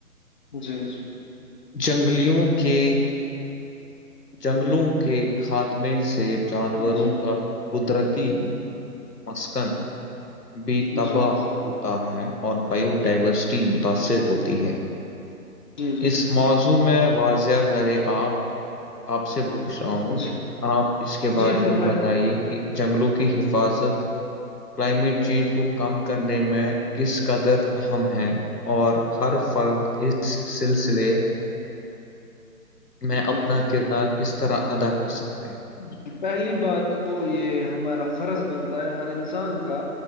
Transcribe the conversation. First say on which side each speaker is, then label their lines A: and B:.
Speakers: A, on the left; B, on the left.
A: جی جی
B: جنگلیوں کے جنگلوں کے خاتمے سے جانوروں
A: جی جی
B: کا قدرتی مثک بی تباہ
A: جی
B: ہوتا ہے اور بایو ڈائیورسٹی متاثر ہوتی ہے
A: جی
B: اس
A: بالکل
B: موضوع میں واضح کرے آپ آپ سے پوچھ رہا ہوں
A: جی
B: آپ اس کے بارے
A: جی فرمائیں
B: میں بتائیے
A: فرمائیں
B: کہ جنگلوں کی حفاظت کلائمیٹ چینج کو کم کر نے میں کس قدر اہم ہے اور ہر فرد اس سے سلسلے میں
A: جی
B: اپنا
A: جی
B: کردار کس طرح ادا کر سکتے ہیں
A: ج پہلی بات تو یہ ہمارا فرض بنتا ہے ہر انسان کا